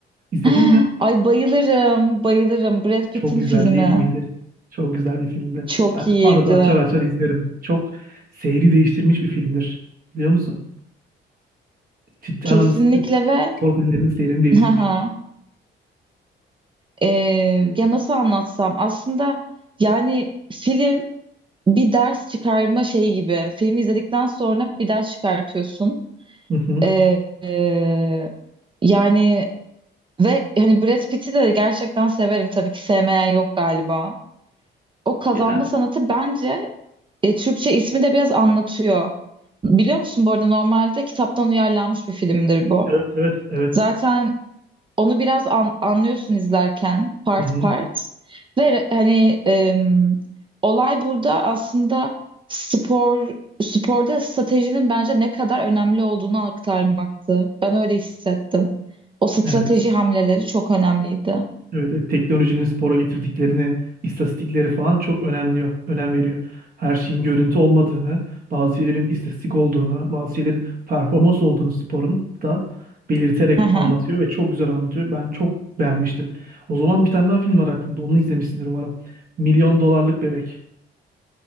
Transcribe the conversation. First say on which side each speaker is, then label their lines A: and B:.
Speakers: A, on the right; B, on the right.
A: izledin
B: <gasps>
A: mi?
B: Ay bayılırım, bayılırım. Brad Pitt'in
A: Çok güzel
B: filmi
A: değil miydi? Çok güzel bir filmdi.
B: çok
A: Ben
B: iyiydi.
A: arada açar açar izlerim. Çok seyri değiştirmiş bir filmdir. Biliyor musun? Ciddi
B: Kesinlikle
A: anlamda
B: ve
A: spor filmlerinin seyrini
B: <laughs>
A: değiştirmiştir.
B: haha, e, ya nasıl anlatsam aslında yani film bir ders çıkarma şeyi gibi. Filmi izledikten sonra bir ders çıkartıyorsun.
A: Hı hı.
B: E, e, yani ve hani Brad Pitt'i de gerçekten severim. Tabii ki sevmeyen yok galiba. O kazanma
A: Yani
B: sanatı bence e, Türkçe ismi de biraz anlatıyor. Biliyor musun bu arada normalde kitaptan uyarlanmış bir filmdir bu.
A: Evet, evet, evet.
B: Zaten onu biraz an- anlıyorsun izlerken part
A: Hı hı.
B: part. Ve re- hani em, olay burada aslında spor sporda stratejinin bence ne kadar önemli olduğunu aktarmaktı. Ben öyle hissettim. O strateji
A: evet.
B: hamleleri çok önemliydi.
A: Evet, evet. teknolojinin spora getirdiklerini, istatistikleri falan çok önemli, önem veriyor. Her şeyin görüntü olmadığını, bazı şeylerin istatistik olduğunu, bazı şeylerin performans olduğunu sporun da belirterek
B: Hı hı.
A: anlatıyor ve çok güzel anlatıyor. Ben çok beğenmiştim. O zaman bir tane daha film var aklımda. Onu izlemişsindir umarım. Milyon Dolarlık Bebek.